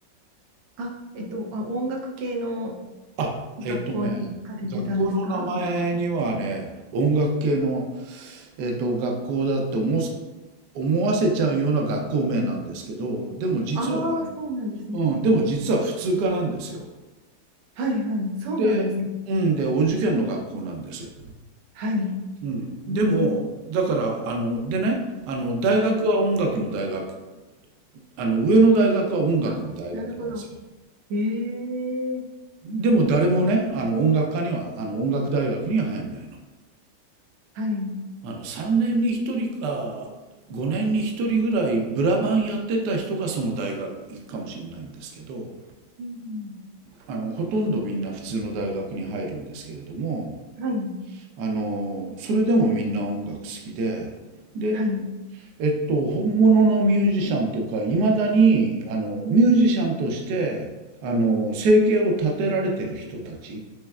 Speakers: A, on the right (about 85°); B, on the right (about 65°).
A: あ、えっと、あ、音楽系の
B: あ、
A: 学校に行かれてたんですか
B: えっとね、学校の名前にはね、音楽系の、えっと、学校だって思わせ、思わせちゃうような学校名なんですけど、でも実は、
A: ああ、そうなんですね。
B: うん、でも実は普通科なんですよ。
A: はいはい。そうなんですね。
B: で、うん、で、お受験の学校なんです。
A: はい。
B: うん、
A: えー
B: でも、だから、あの、でね、あの、大学は音楽の大学、
A: はい。
B: あの、上の大学は音楽の大学なんですよ。
A: ああ、なるほど。ええ
B: でも誰もね、あの、音楽科には、あの、音楽大学には入んないの。
A: はい。
B: あの3年に1人か5年に1人ぐらいブラバンやってた人がその大学行くかもしれないんですけど
A: うん。
B: あのほとんどみんな普通の大学に入るんですけれども
A: はい。
B: あのそれでもみんな音楽好きでで、
A: はい。
B: えっと、本物のミュージシャンというかいまだにあのミュージシャンとしてあの生計を立てられてる人たち